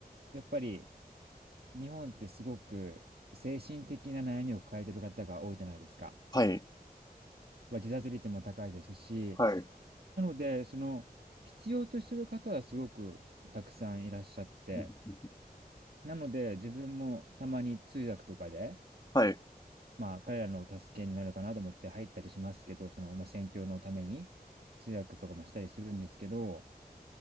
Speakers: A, on the right (about 80°); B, on the left (about 25°).
A: やっぱり日本ってすごく精神的な悩みを抱えてる方が多いじゃないですか。
B: はい、
A: まあ自殺率も高いですし、
B: はい、
A: なので、その、必要としてる方はすごくたくさんいらっしゃって、
B: うん
A: なので、自分もたまに通訳とかで、
B: はい。
A: まあ、彼らの助けになるかなと思って入ったりしますけど、その、まあ、宣教のために通訳とかもしたりするんですけど、